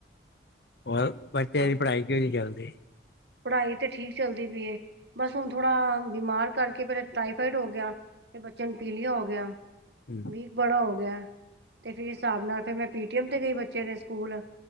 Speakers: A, on the left; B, on the right.
A: ਉਹ ਬੱਚੇ
B: ਆ
A: ਦੀ ਪੜ੍ਹਾਈ ਕੇਹੂ ਜੀ ਚੱਲਦੀ
B: ਪੜ੍ਹਾਈ ਤੇ ਠੀਕ ਚੱਲਦੀ ਪਈਏ ਬਸ ਹੁਣ ਥੋੜ੍ਹਾ ਬਿਮਾਰ ਕਰਕੇ ਫਿਰ ਟਾਈਫਾਈਡ ਹੋ ਗਿਆ ਫਿਰ ਬੱਚੇ ਨੂੰ ਪੀਲਿਆ ਹੋ ਗਿਆ
A: ਹਮ
B: ਵੀਕ ਬੜਾ ਹੋ ਗਿਆ, ਤੇ ਫਿਰ ਹਿਸਾਬ ਨਾਲ ਫਿਰ ਮੈਂ ਪੀਟੀਐਮ ਤੇ ਗਈ ਬੱਚੇ ਦੇ ਸਕੂਲ।